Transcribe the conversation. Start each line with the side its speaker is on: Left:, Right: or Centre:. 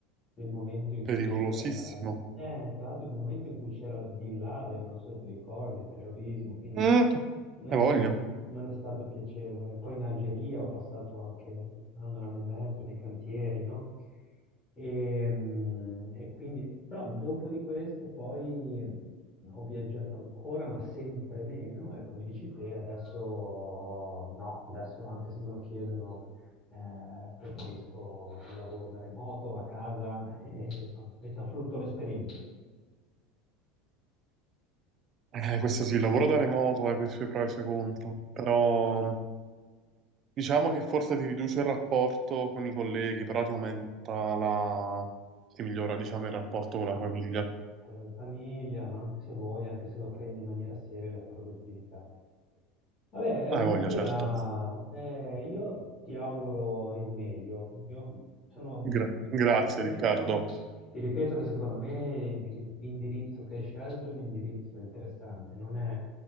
Left: nel momento in
Right: pericolosissimo.
Left: cui c'era, eh, tra l'altro nel momento in cui c'era Bin Laden, non so se ti ricordi, il terrorismo, quindi
Right: Mm,
Left: eh,
Right: hai voglia.
Left: non è stato piacevole. Poi in Algeria ho passato anche un anno, un anno e mezzo nei cantieri, no? E, mm, e quindi, però dopo di questo poi ehm, ho viaggiato ancora, ma sempre meno, e come dici te, adesso no, adesso anche se me lo chiedono, eh, preferisco un lavoro da remoto, a casa, <laughs> e, insomma, metta a frutto l'esperienza.
Right: Eh, questo sì, il lavoro da remoto ha i suoi pro e i suoi contro, però Diciamo che forse ti riduce il rapporto con i colleghi, però ti aumenta la... ti migliora, diciamo, il rapporto con la famiglia.
Left: con la famiglia, ma anche se vuoi, anche se lo prendi in maniera seria, la produttività. Vabbè,
Right: Ah,
Left: eh,
Right: voglia,
Left: Mattia,
Right: certo.
Left: eh, io ti auguro il meglio. Io sono di-
Right: Gra- grazie,
Left: ti ripeto,
Right: Riccardo.
Left: ti ripeto che secondo me il- l'indirizzo che hai scelto è un indirizzo interessante, non è